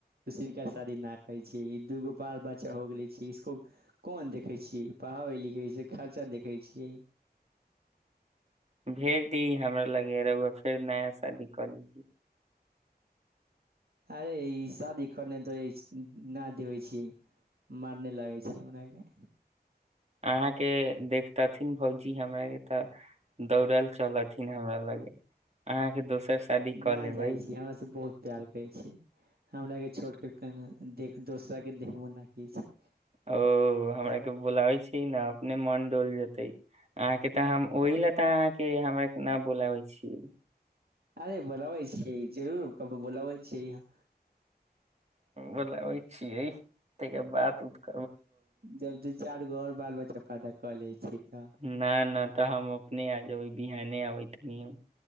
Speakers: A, on the right; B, on the right.
A: दसरेा शादी न करै छियै ई दूगो बाल बच्चा हो गेलै छै इसको कोन देखै छियै पढ़ाबै लिखैस खर्चा देखै छिय
B: भेज दी हमरा लगे रउआ फेर नया शादी करली
A: अरे ई शादी करने न देबै छियै मारने लागै छै हमरा के
B: अहाँके देखतथिन भौजी ज हमरा के तऽ दौड़ै ले चल एथिन हमरा लगे अहाँ के दोसर शादी कऽ
A: नहि
B: लेबै
A: जाइ छी हमरा सब बहुत प्यार करै छी हमरा के छोड़ के के देख दोसरा के देखबो ने की छै
B: ओ हमरा के बोलाबइ छी ने अपने मन डोल जेतै अहाँके
A: ह
B: तऽ हम ओहि ले तऽ अहाँके हमर न बोलाबै छि
A: अरे बोलाबै छीयै जरूर क बोलाबै छीयै
B: बोलाबै छियै त बात उत क
A: जब तू चारि घर बाल बच्चा फाइदा कऽ लै छी तऽ
B: न न तऽ हम अपने आ जेबै बिहाने आबे तनि हम